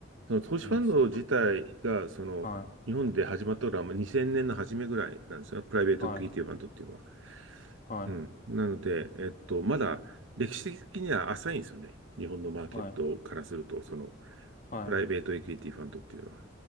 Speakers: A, on the right (about 80°); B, on the left (about 40°).
A: その投資ファンド自体が、
B: うん、そっか。
A: その、
B: は
A: 日本で始まったのはまあ2000年の初めぐらいなんですよ。プライベートクイティファンドっていうのは。
B: い、はい、はい、
A: うん。なので、えっと、まだ歴史的には浅いんですよね。日本のマーケットからすると、
B: はい、
A: その、
B: はい、
A: プライベートエクイティファンドっていうのは。ま